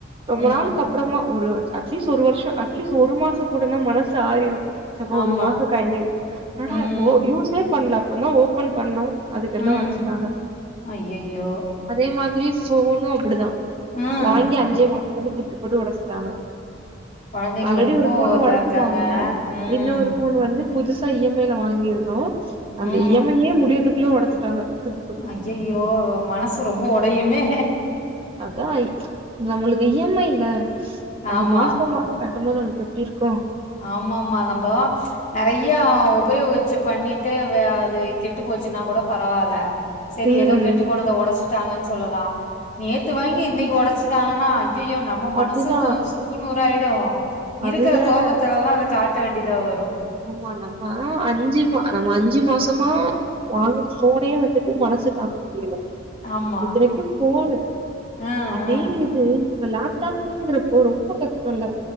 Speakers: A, on the right; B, on the left.
A: ரொம்ப
B: ம்
A: நாளுக்கப் அப்றமா ஒரு அட்லீஸ்ட் ஒரு வர்ஷோ அட்லீஸ்ட் ஒரு மாசோ கூடனா மனசு ஆறிரு சபோ
B: ஆமா
A: ஒரு மாசோ கைல என்னடா
B: ம்
A: ஓ யூஸ்ஸே பண்ல அப்பதா ஓபன் பண்ணோ அதுக்கெல்லா
B: ம் ம்
A: ஒடச்சுட்டாங்க
B: ஐயையோ
A: அதே மாதிரி ஃபோனு அப்டிதா
B: ம்
A: வாங்கி அஞ்சே மாசத்துல தூக்கி போட்டு ஒடச்சுட்டாங்க
B: கொழந்தைங்க
A: ஆல்ரெடி
B: ரொம்ப
A: ஒரு ஃபோன
B: இதா
A: ஒடச்சுட்டாங்க
B: இருக்காங்க ம்
A: இன்னோரு ஃபோன் வந்து புதுசா இ எம் ஐல வாங்கிருந்தோ அந்த
B: ம்
A: இ எம் ஐயே முடியதுக்குள்ள ஒடச்சுட்டாங்க தூக்கி போட்டு
B: அய்யய்யோ மனசு ரொம்ப ஒடையுமே
A: அத்தா இ நம்மளுக்கு இ எம் ஐல அது
B: ஆமா
A: மாசோ மா சோ கட்டுமோது நம்ளுக் எப்டி இருக்கு
B: ஆமா ஆமா நம்ப நறைய உபயோகச்சு பண்ணிட்டு அது கெட்டு போச்சுன்னாகூட பரவால்ல செரி
A: ம்
B: எதோ கெட்டு போனத ஒடச்சுட்டாங்கன் சொல்லலா நேத்து வாங்கி இன்னிக் ஒடச்சுட்டாங்கனா ஐ அய்யய்யோ நம்ம மனசு
A: அதுதா
B: சுக்கு நூறாயிடு
A: அது
B: இருக்கிற
A: வேற
B: கோபத் துலல்லா அத காட்ட வேண்டியதா வரு
A: ஆமா நம்ம அஞ்சு மா நம்ம அஞ்சு மாசமா வாங்குன போனே வந்துட்டு மனசு தாங்க முடியில
B: ஆமா
A: இத்தனைக்கு போனு
B: ஆ
A: இதே
B: ஆ
A: இது இவங்க லேப்டாப்ங்கிறப்போ ரொம்ப கஷ்டல்ல